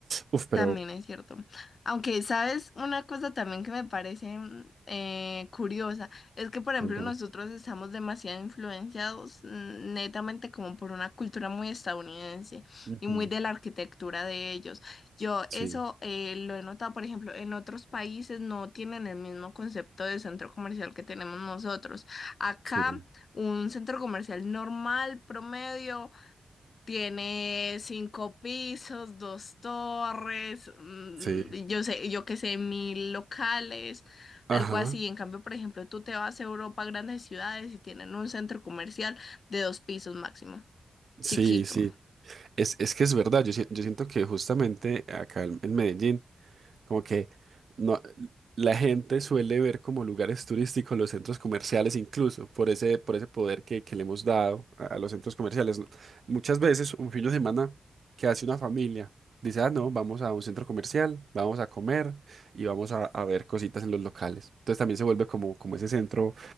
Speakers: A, on the right; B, on the left.
A: Uf, pero
B: También es cierto. Aunque, ¿sabes? Una cosa también que me parece mm, eh, curiosa es que, por ejemplo,
A: contame.
B: nosotros estamos demasiado influenciados mm, netamente como por una cultura muy estadounidense
A: Ujú.
B: y muy de la arquitectura de ellos. Yo
A: Sí,
B: eso eh, lo he notado, por ejemplo, en otros países no tienen el mismo concepto de centro comercial que tenemos nosotros. Acá,
A: sí,
B: un centro comercial normal, promedio. Tiene cinco pisos, dos torres, mm,
A: sí.
B: yo sé, yo qué sé, mil locales,
A: Ajá.
B: algo así. En cambio, por ejemplo, tú te vas a Europa, grandes ciudades y tienen un centro comercial de dos pisos máximo,
A: Sí,
B: chiquito.
A: sí. Es, es que es verdad. Yo, si- yo siento que justamente acá en en Medellín. Como que no, la gente suele ver como lugares turísticos los centros comerciales, incluso por ese, por ese poder que, que le hemos dado a, a los centros comerciales. Muchas veces un fin de semana que hace una familia dice, ah, no, vamos a un centro comercial, vamos a comer y vamos a, a ver cositas en los locales. Entonces también se vuelve como, como ese centro,